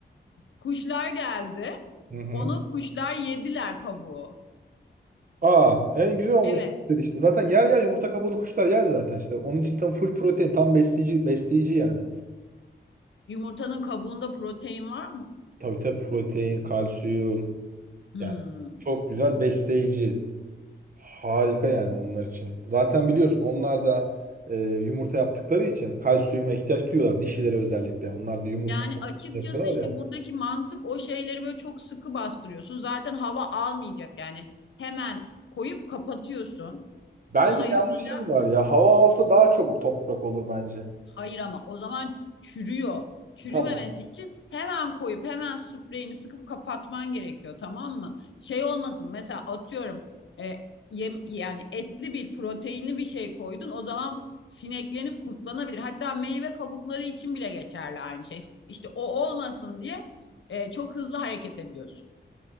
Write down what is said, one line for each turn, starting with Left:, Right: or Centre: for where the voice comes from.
Left: kuşlar geldi.
Right: Hı hı.
Left: Onu kuşlar yediler kabuğu.
Right: Aa, en güzel olmuş
Left: Evet.
Right: dedi işte. Zaten yer yer yumurta kabuğunu kuşlar yer zaten işte. Onun için tam full protein, tam besleyici besleyici yani.
Left: Yumurtanın kabuğunda protein var mı?
Right: Tabii tabii protein, kalsiyum
Left: Hmm.
Right: yani çok güzel besleyici. Harika yani onlar için. Zaten biliyorsun onlar da e, yumurta yaptıkları için kalsiyuma ihtiyaç duyuyorlar dişileri özellikle. Onlar da yumurta
Left: Yani açıkçası
Right: yapıyorlar
Left: işte
Right: ya.
Left: buradaki mantık o şeyleri böyle çok sıkı bastırıyorsun. Zaten hava almayacak yani. Hemen koyup kapatıyorsun.
Right: Bence
Left: Dolayısıyla
Right: yanlışın var ya. Hava alsa daha çabuk toprak olur bence.
Left: Hayır ama o zaman çürüyor. Çürümemesi
Right: Tamam.
Left: için hemen koyup hemen spreyini sıkıp kapatman gerekiyor tamam mı? Şey olmasın mesela atıyorum e, yem, yani etli bir proteinli bir şey koydun o zaman sineklenip kurtlanabilir. Hatta meyve kabukları için bile geçerli aynı şey. İşte o olmasın diye e, çok hızlı hareket ediyorsun.